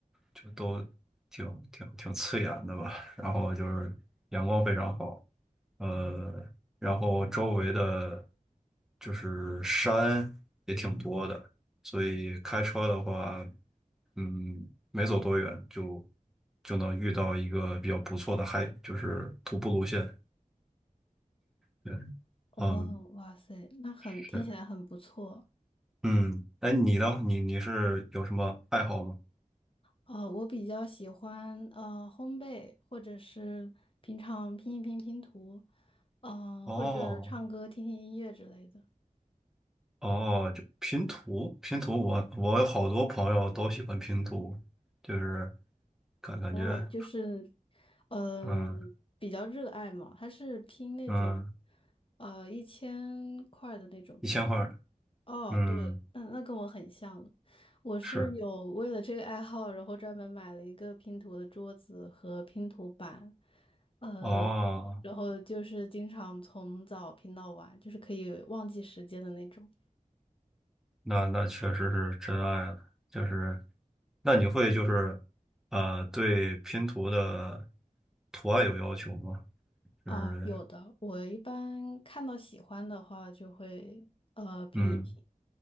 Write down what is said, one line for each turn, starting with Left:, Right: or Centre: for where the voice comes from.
Centre: 就都挺挺挺刺眼的吧，然后就是阳光非常好，呃，然后周围的就是山也挺多的，所以开车的话，嗯，没走多远就就能遇到一个比较不错的海，就是徒步路线，对。
Left: 哦，
Centre: 嗯，
Left: 哇塞，那很听起来很不错。
Centre: 是，嗯，哎，你呢？你你是有什么爱好吗？
Left: 呃，我比较喜欢呃烘焙，或者是平常拼一拼拼图，呃，
Centre: 哦
Left: 或者唱歌、听听音乐之类的。
Centre: 哦，就拼图，拼图我，我有好多朋友都喜欢拼图，就是感感觉，
Left: 哦，就是，嗯、
Centre: 嗯
Left: 比较热爱嘛，他是拼那种，
Centre: 嗯，
Left: 呃，一千块的那种拼图。
Centre: 一千块儿，
Left: 哦，
Centre: 嗯，
Left: 对，那那跟我很像了。我是有为了这个爱好，
Centre: 是，
Left: 然后专门买了一个拼图的桌子和拼图板，呃，
Centre: 哦，
Left: 然后就是经常从早拼到晚，就是可以忘记时间的那种。
Centre: 那那确实是真爱了，就是那你会就是呃对拼图的图案有要求吗？就是
Left: 哦，有的，我一般看到喜欢的话就会呃拼一拼。
Centre: 嗯